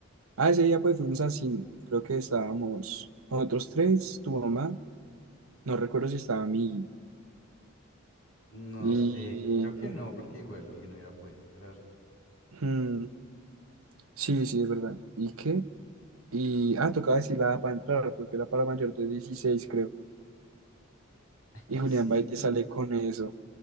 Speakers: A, on the right; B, on the left.
A: ah, ese día pues fuimos al cine. Creo que estábamos nosotros tres, tu mamá, no recuerdo si estaba mi...
B: No
A: Y...
B: sé, creo que no, porque igual Miguel no hubiera podido enterar. <laughs>
A: hmm, sí, sí, es verdad. ¿Y qué? Y, ah, tocaba decir la edad para entrar, porque era para mayor de 16 creo. Y
B: Y
A: Julián
B: sí,
A: Baite
B: ¿cuántos?
A: sale con eso.